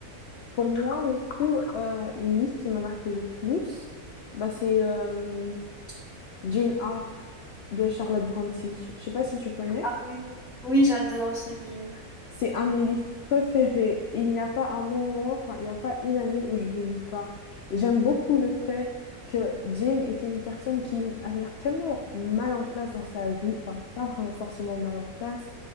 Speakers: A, on the left (about 85°); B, in the centre.
A: Pour moi, du coup, euh, le livre qui m'a marqué le plus, bah, c'est euh, Jane Eyre de Charlotte Brontë. Je sais pas si tu connais.
B: ah oui. Oui, j'adore ce livre.
A: C'est un de mes livres préférés. Il n'y a pas un moment, enfin, il n'y a pas une année où je ne le lis pas. J'aime beaucoup le fait que Jane était une personne qui avait l'air tellement mal en place dans sa vie. Enfin, pas vraiment forcément mal en place